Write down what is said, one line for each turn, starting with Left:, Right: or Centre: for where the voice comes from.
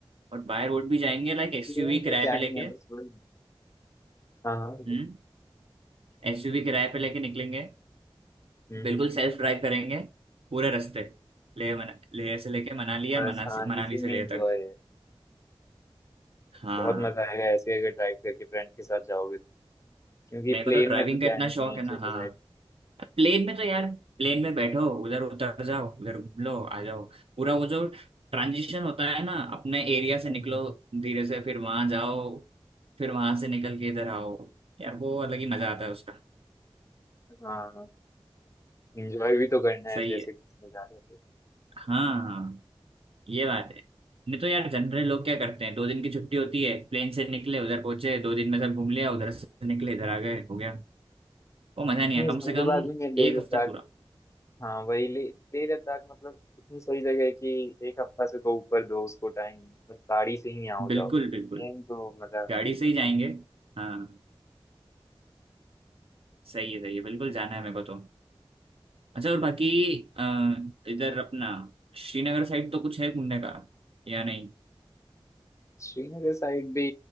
Right: और बाय रोड भी जाएंगे लाइक एसयूवी
Left: प्लेन
Right: किराए
Left: में क्या
Right: पे
Left: ही
Right: लेके
Left: है बस वही हाँ हाँ हाँ।
Right: हम्म एसयूवी किराए पे लेके निकलेंगे
Left: हम्म
Right: बिल्कुल
Left: हम्म।
Right: सेल्फ ड्राइव करेंगे पूरे रास्ते ले मना ले से लेके मनाली
Left: बस
Right: और मनाली
Left: हाँ
Right: मनाली
Left: इसी
Right: से
Left: में
Right: ले
Left: एंजॉय
Right: तक
Left: है
Right: हाँ
Left: बहुत मजा आएगा ऐसे अगर ड्राइव करके फ्रेंड्स के साथ जाओगे तो क्योंकि
Right: मेरे
Left: प्लेन
Right: को तो ड्राइविंग
Left: में तो क्या
Right: का इतना
Left: ही
Right: शौक
Left: है एक
Right: है ना
Left: जगह
Right: हाँ।
Left: बैठ
Right: प्लेन में तो यार प्लेन में बैठो उधर उतर जाओ उधर घूम लो आ जाओ पूरा वो जो ट्रांजिशन होता है ना अपने एरिया से
Left: हम्म,
Right: निकलो धीरे से फिर वहां जाओ फिर वहां से निकल के इधर आओ यार वो अलग ही मजा आता है उसका
Left: हाँ हाँ। एंजॉय भी तो करना है
Right: सही
Left: जैसे
Right: है
Left: घूमने जा रहे हो तो
Right: हाँ हाँ ये बात है नहीं तो यार जनरल लोग क्या करते हैं दो दिन की छुट्टी होती है प्लेन से निकले उधर पहुंचे दो दिन में सब घूम लिया उधर से निकले इधर आ गए हो गया वो मजा
Left: इतनी
Right: नहीं आया कम
Left: जल्दबाजी
Right: से कम
Left: में लेह
Right: एक
Left: लद्दाख
Right: हफ्ता पूरा
Left: हाँ वही ले लेह लद्दाख मतलब इतनी सही जगह है कि एक हफ्ता से तो ऊपर दो उसको टाइम मतलब गाड़ी से ही यहाँ हो
Right: बिल्कुल
Left: जाओ ट्रेन
Right: बिल्कुल
Left: तो मजा नहीं
Right: गाड़ी से
Left: है
Right: ही
Left: उसका।
Right: जाएंगे हाँ सही है सही है बिल्कुल जाना है मेरे को तो अच्छा और बाकी अ, इधर अपना श्रीनगर साइड तो कुछ है घूमने का या नहीं
Left: श्रीनगर साइड भी